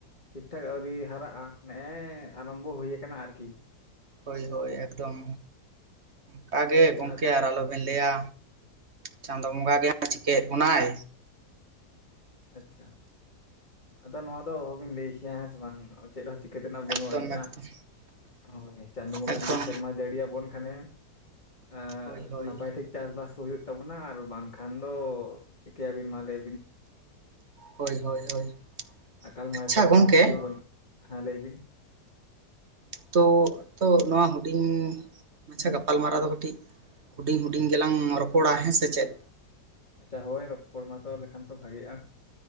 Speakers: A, on the left; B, on the right.
A: ᱴᱷᱤᱠ ᱴᱷᱟᱠ ᱟᱹᱣᱨᱤ ᱦᱟᱨᱟᱜᱼᱟ ᱱᱮᱜᱼᱮ ᱟᱨᱟᱢᱵᱚ ᱦᱩᱭ ᱠᱟᱱᱟ ᱟᱨᱠᱤ
B: ᱦᱳᱭ ᱦᱳᱭ ᱮᱠᱫᱚᱢ ᱚᱱᱠᱟ ᱜᱮ
A: ᱟᱪᱪᱷᱟ
B: ᱜᱚᱝᱠᱮ ᱟᱨ ᱟᱞᱚ ᱵᱮᱱ ᱞᱟᱹᱭᱟ ᱪᱟᱸᱫᱚ ᱵᱚᱸᱜᱟ ᱜᱮ ᱦᱟᱜ ᱪᱤᱠᱟᱹᱭᱮᱫ ᱵᱚᱱᱟᱭ
A: ᱟᱪᱪᱷᱟ ᱟᱫᱚ ᱱᱚᱣᱟ ᱫᱚ ᱚᱦᱚᱵᱤᱱ ᱞᱟᱹᱭ ᱠᱮᱭᱟ ᱦᱮᱸ ᱥᱮ ᱵᱟᱝ ᱪᱮᱫ ᱦᱚᱸ ᱪᱤᱱᱤᱠᱟᱹ ᱛᱮᱱᱟᱜ ᱵᱟᱹᱱᱩᱜ
B: ᱮᱠᱫᱚᱢ
A: ᱟᱹᱱᱤᱡᱼᱟ
B: ᱮᱠᱫᱚᱢ
A: ᱦᱳᱭ ᱪᱟᱸᱫᱳ ᱵᱚᱸᱜᱟ
B: ᱮᱠᱫᱚᱢ
A: ᱡᱩᱫᱤ ᱥᱮᱨᱢᱟ ᱡᱟᱹᱲᱤᱭᱟᱵᱚᱱ ᱠᱷᱟᱱᱮ ᱮᱜ
B: ᱦᱳᱭ ᱦᱳᱭ
A: ᱱᱟᱯᱟᱭ ᱴᱷᱤᱠ ᱪᱟᱥᱵᱟᱥ ᱠᱚ ᱦᱩᱭᱩᱜ ᱛᱟᱵᱚᱱᱟ ᱟᱨ ᱵᱟᱝᱠᱷᱟᱱ ᱫᱚ ᱪᱤᱠᱟᱹᱭᱟᱵᱤᱱ ᱢᱟ ᱞᱟᱹᱭ ᱵᱤᱱ
B: ᱦᱳᱭ ᱦᱳᱭ ᱦᱳᱭ
A: ᱟᱠᱟᱞ
B: ᱟᱪᱪᱷᱟ
A: ᱢᱟᱭ ᱛᱚ
B: ᱜᱚᱝᱠᱮ
A: ᱠᱚᱨᱟᱣ ᱠᱤᱪᱷᱩ ᱵᱟ. ᱱᱩᱜ ᱦᱮᱸ ᱞᱟᱹᱭ ᱵᱤᱱ
B: ᱛᱚ ᱛᱚ ᱱᱚᱣᱟ ᱦᱩᱰᱤᱧ ᱢᱟᱪᱷᱟ ᱜᱟᱯᱟᱞᱢᱟᱨᱟᱣ ᱫᱚ ᱠᱟᱹᱴᱤᱡ ᱦᱩᱰᱤᱧ ᱦᱩᱰᱤᱧ ᱜᱮᱞᱟᱝ ᱨᱚᱯᱚᱲᱟ ᱦᱮᱸ ᱥᱮ ᱪᱮᱫ
A: ᱟᱪᱪᱷᱟ ᱦᱳᱭ ᱨᱚᱯᱚᱲ ᱢᱟᱛᱚ ᱞᱮᱠᱷᱟᱱ ᱛᱚ ᱵᱷᱟᱜᱤᱜᱼᱟ